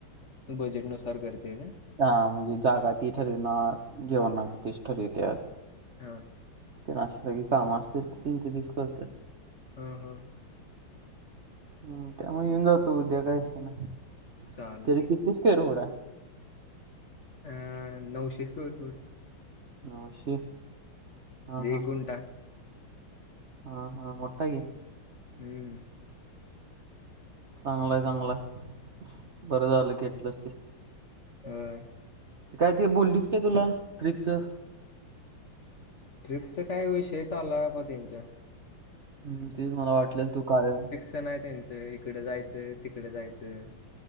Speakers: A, on the left; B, on the right.
A: बजेटनुसार करते काय?
B: हा म्हणजे जागा ती ठरविनार जेवणाचं तीच ठरवित्यात
A: हा
B: तेन असं सगळी कामं असत्यात तेंचं तीच करत्यात
A: हा हा
B: हम् त्यामुळे येऊन जातो उद्या काय विषय नाही
A: चालते
B: तरी किती स्क्वेअर फूट हाय?
A: अं नऊशे स्क्वेअर फूट
B: नऊशे हा
A: एक
B: हा
A: गुंटा
B: हा हा मोठा हाय की
A: हम्म
B: चांगलाय चांगलाय बरं झालं घेतलंस ते
A: होय
B: ते काय ते बोललीत का तुला ट्रिपचं?
A: ट्रिपचा काय विषय चालू हाय बाबा त्यांचं
B: हम् तेच मला वाटलेल तू कार्य
A: ण आहे त्यांचं इकडे जायचं तिकडे जायचं